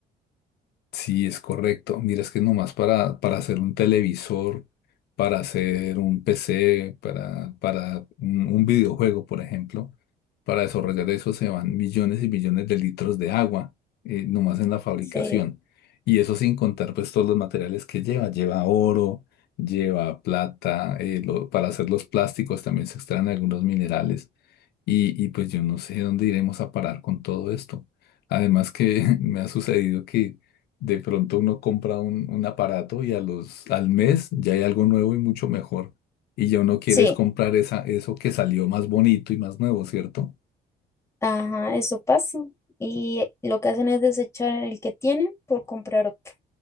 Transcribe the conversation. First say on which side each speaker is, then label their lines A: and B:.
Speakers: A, on the left (about 75°); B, on the left (about 15°).
A: Sí, es correcto. Mira, es que nomás para, para hacer un televisor, para hacer un PC, para, para un, un videojuego, por ejemplo, para desarrollar eso se van millones y millones de litros de agua, eh, nomás en la fabricación.
B: Sí,
A: Y eso sin contar pues todos los materiales que lleva. Lleva oro, lleva plata, eh, lo- para hacer los plásticos también se extraen algunos minerales. Y, y pues yo no sé dónde iremos a parar con todo esto. Además que <laughs> me ha sucedido que de pronto uno compra un, un aparato y a los, al mes ya hay algo nuevo y mucho mejor. Y ya uno quiere
B: Sí,
A: es comprar esa, eso que salió más bonito y más nuevo, ¿cierto?
B: ajá, eso pasa. Y lo que hacen es desechar el que tienen por comprar otro.